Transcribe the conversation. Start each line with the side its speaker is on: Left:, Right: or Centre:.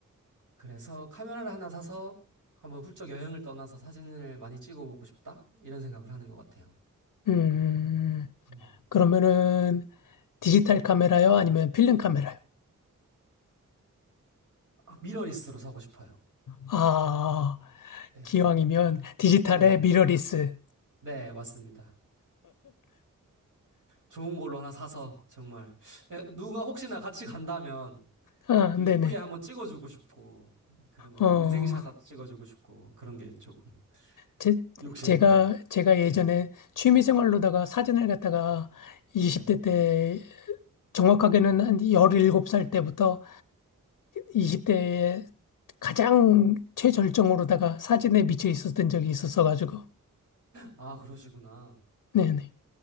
Right: 그래서 카메라를 하나 사서 한번 훌쩍 여행을 떠나서 사진을 많이 찍어보고 싶다? 이런 생각을 하는 것 같아요.
Left: 음,
Right: 음.
Left: 그러면은 디지털 카메라요? 아니면 필름 카메라요?
Right: 아, 미러리스로 사고 싶어요.
Left: 아,
Right: 네.
Left: 기왕이면 디지털의
Right: 네.
Left: 미러리스.
Right: 네, 맞습니다. 좋은 걸로 하나 사서 정말 에, 누가 혹시나 같이 간다면
Left: 아,
Right: 또
Left: 네네.
Right: 이쁘게 한번 찍어주고 싶고 그런 거
Left: 어,
Right: 인생샷 찍어주고 싶고 그런 게 조금
Left: 제,
Right: 욕심입니다.
Left: 제가, 제가 예전에
Right: 네.
Left: 취미생활로다가 사진을 갖다가 20대
Right: 네.
Left: 때, 정확하게는 한 17살 때부터 20대에 가장 최절정으로다가 사진에 미쳐 있었던 적이 있었어가지고.
Right: 아, 그러시구나.
Left: 네네.